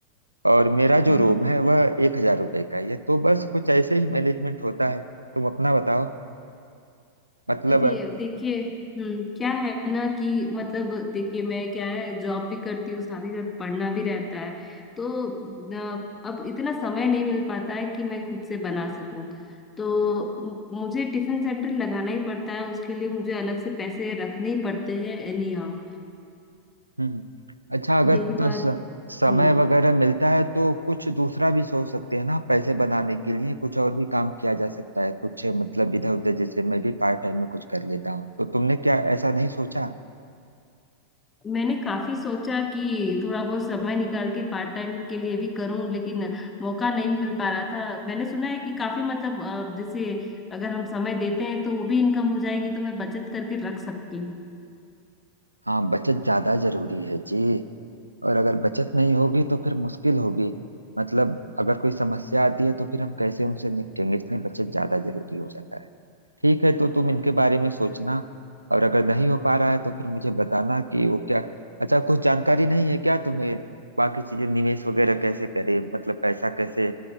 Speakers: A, on the right; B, on the left.
A: और मेरा
B: हम्म
A: जो रूम है वह एक हज़ार रुपये का ही है तो बस कुछ ऐसे ही मैनेजमेंट होता है तुम अपना बताओ मतलब
B: अरे देखिए हम्म क्या है ना कि मतलब देखिए मैं क्या है जॉब भी करती हूँ साथ ही साथ पढ़ना भी रहता है तो अ, अब इतना समय नहीं मिल पाता है कि मैं खुद से बना सकूं तो मु- मुझे टिफिन सेंटर लगाना ही पड़ता है उसके लिए मुझे अलग से पैसे रखने ही पड़ते हैं एनी हाउ
A: हम्म हम्म। अच्छा अगर
B: यही
A: तो
B: बात
A: स, समय
B: हम्म
A: वगैरह मिलता है तो कुछ दूसरा भी सोच सकते हैं ना पैसे बनाने के लिए कुछ और भी काम किया जा सकता है कुछ मतलब इधर उधर जैसे मैं भी पार्ट टाइम में कुछ कर लेता हूँ तो तुमने क्या ऐसा नहीं सोचा
B: मैंने काफी सोचा कि थोड़ा बहुत समय निकाल के पार्ट टाइम के लिए भी करूं लेकिन मौका नहीं मिल पा रहा था मैंने सुना है कि काफी मतलब अ, जैसे अगर हम समय देते हैं तो वो भी इनकम हो जाएगी तो मैं बचत करके रख सकती हूँ
A: हाँ बचत ज्यादा जरूरी है जी और अगर बचत नहीं होगी तो फिर मुश्किल होगी मतलब अगर कोई समस्या आती है तो फिर हम कैसे उनसे निपटेंगे इसलिए बचत ज्यादा जरूरी हो जाता है ठीक है तो तुम इनके बारे में सोचना और अगर नहीं हो पा रहा है तो फिर मुझे बताना कि वो क्या अच्छा कुछ जानकारी नहीं है क्या तुम्हें बाकी चीजें निवेश वगैरह कैसे करें मतलब पैसा कैसे